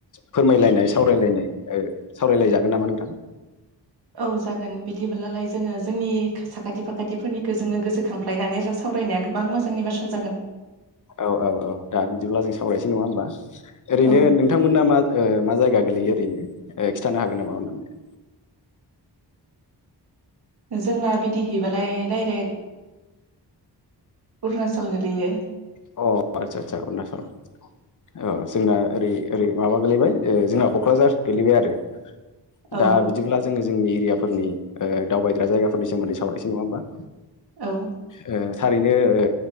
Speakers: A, on the left; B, on the right.
A: फोरमायलायनाय सावरायलायनाय ओ सावरायलायजागोन नामा नोंथां?
B: औ जागोन बिदिब्लालाय जोङो जोंनि साखाथि फाखा थिफोरनिखौ जोङो गोसोखांफ्लायनानै सावरायनाया गोबां मोजांनि बाथ्रा जागोन।
A: औ औ औ दा बिदिब्ला जों सावरायसै नङा होमबा ओरैनो
B: औ
A: नों नोंथांमोना मा ओ मा जायगा गोलैयो ओरैनो ओ खिन्थानो हागोन नामा अननानै।
B: जोंना बिदि हैबालाय डायरेक्ट अरुनाचल गोलैयो।
A: अ आतसा आतसा अरुणासल अ जोंना ओरै ओरै माबा गोलैबाय ओ जोंना कक्राझार गोलैबाय आरो
B: औ
A: दा बि दिब्ला जोङो जोंनि एरियाफोरनि ओ दावबायग्रा जायगाफोरनि सोमोन्दै सावरायसै नङा होमबा?
B: औ
A: ओ थारैनो ओ